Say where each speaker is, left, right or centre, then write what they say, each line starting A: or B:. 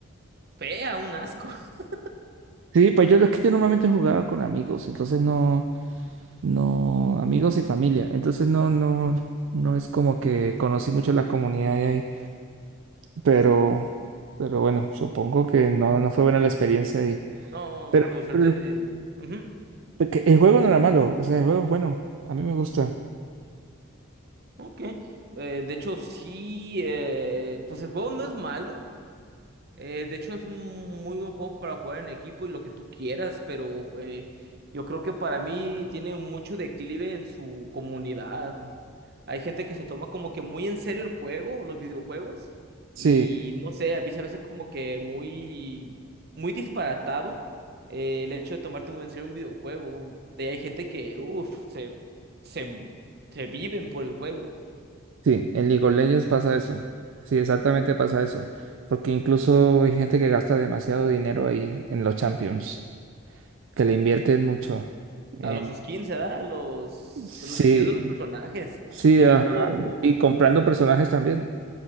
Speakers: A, on the right; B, on the right.
A: fea, un asco. <laughs>
B: Sí, pues yo es que yo normalmente jugaba con amigos, entonces no, no, amigos y familia, entonces no, no, no es como que conocí mucho la comunidad de ahí, pero, pero bueno, supongo que no, no fue buena la experiencia ahí.
A: No,
B: Pero,
A: por suerte.
B: pero el
A: de- Ujú,
B: Porque el juego no era malo, o sea, el juego es bueno, a mí me gusta.
A: ok. Eh, de hecho, sí, eh, pues el juego no es malo. Eh, de hecho, es un muy buen juego para jugar en equipo y lo que tú quieras, pero eh, yo creo que para mí tiene mucho declive en su comunidad. Hay gente que se toma como que muy en serio el juego o los videojuegos
B: Sí,
A: y no sé, a mí se me hace como que muy, muy disparatado eh, el hecho de tomarte muy en serio un videojuego. Te- Hay gente que, uff, se, se, se viven por el juego.
B: sí, en League of Legends pasa eso. Sí, exactamente pasa eso. Porque incluso hay gente que gasta demasiado dinero ahí en los Champions, que le invierten mucho. Eh,
A: A los skins, ¿verdad? A los,
B: sí,
A: a los diseños de los personajes.
B: sí,
A: Y
B: ajá.
A: luego,
B: Y comprando personajes también.